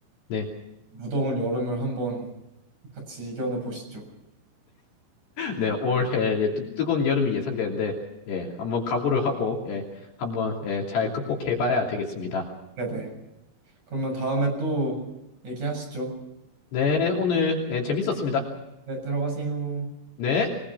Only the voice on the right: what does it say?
무더운 여름을 한번 같이 이겨내 보시죠.
네네. 그러면 다음에 또 얘기하시죠.
네, 들어가세요.